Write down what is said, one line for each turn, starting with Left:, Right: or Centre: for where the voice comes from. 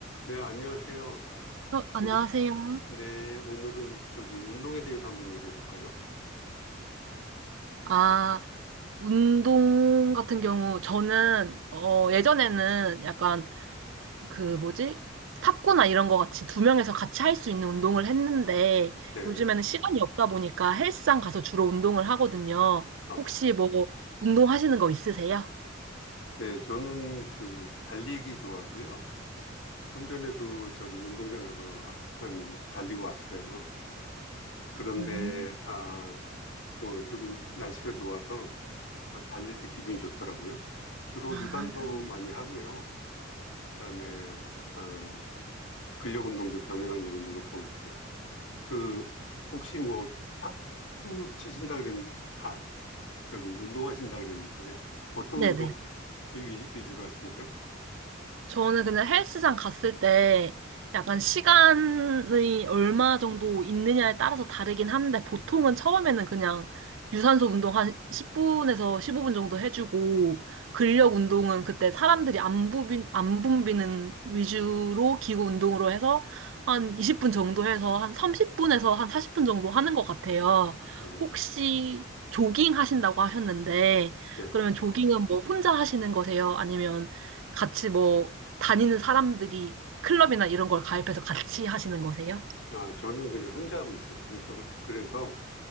Left: 네, 안녕하세요.
Right: 어, 안녕하세요.
Left: 좀, 네, 오늘은 저기 운동에 대해서 한번 얘기해 볼까요?
Right: 아, 운동 같은 경우, 저는, 어, 예전에는 약간 그 뭐지? 탁구나 이런 거 같이 두 명에서 같이 할 수 있는 운동을 했는데,
Left: 네,
Right: 요즘에는 시간이 없다 보니까 헬스장 가서 주로 운동을 하거든요.
Left: 아,
Right: 혹시 뭐, 운동하시는 거 있으세요?
Left: 네, 저는 그 달리기 좋아하고요. 좀 전에도 저기 운동장 가서 하- 한 달리고 왔어요. 그런데,
Right: 음,
Left: 아, 뭐, 여기 날씨가 좋아서 아, 달릴 때 기분이 좋더라고요. 주로
Right: 아,
Left: 유산소 많이 하고요. 그다음에, 아, 근력 운동도 병행하려고 노력하고 있어요. 그, 혹시 뭐, 탁구 치신다 그랬, 아, 저기 운동하신다 그랬는데 어떤
Right: 네네.
Left: 운동 위- 위주로 하시나요?
Right: 저는 그냥 헬스장 갔을 때 약간 시간이 얼마 정도 있느냐에 따라서 다르긴 한데 보통은 처음에는 그냥 유산소 운동 한 10분에서 15분 정도 해주고 근력 운동은 그때 사람들이 안 부빈, 안 붐비는 위주로 기구 운동으로 해서 한 20분 정도 해서 한 30분에서 한 40분 정도 하는 것 같아요.
Left: 음,
Right: 혹시 조깅 하신다고 하셨는데
Left: 네.
Right: 그러면 조깅은 뭐 혼자 하시는 거세요? 아니면 같이 뭐 다니는 사람들이 클럽이나 이런 걸 가입해서 같이 하시는 거세요?
Left: 아, 저는 그냥 혼자 하고 있어요. 그러니까 그래서